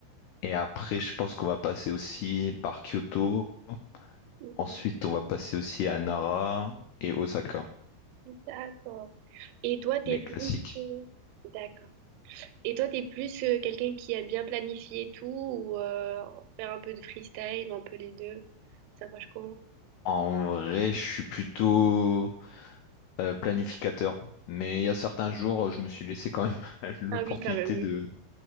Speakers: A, on the left; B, on the right.
A: Et après, je pense qu'on va passer aussi par Kyoto.
B: oui,
A: Ensuite,
B: oui.
A: on va passer aussi à Nara et Osaka,
B: Mhm. D'accord. Et toi, t'es
A: les
B: plus...
A: classiques.
B: euh, D'accord. Et toi, t'es plus euh, quelqu'un qui aime bien planifier tout ou euh, faire un peu de freestyle ou un peu les deux? Ça marche comment?
A: En vrai, je suis plutôt euh, planificateur. Mais il y a certains jours, je me suis laissé quand même <laughs> l'opportunité
B: Ah oui, quand même, oui.
A: de,